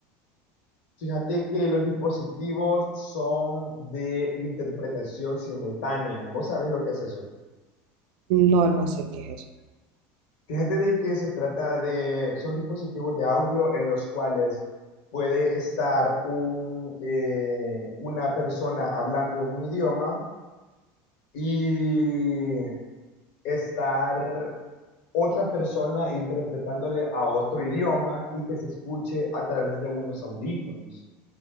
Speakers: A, on the left; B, on the right.
A: Fíjate que los dispositivos son de interpretación simultánea. ¿Vos sabés lo que es eso?
B: No, no sé qué es eso.
A: Fíjate de que se trata de, son dispositivos de audio en los cuales puede estar un, eh, una persona hablando en un idioma y estar otra persona interpretándole a otro idioma y que se escuche a través de unos audífonos.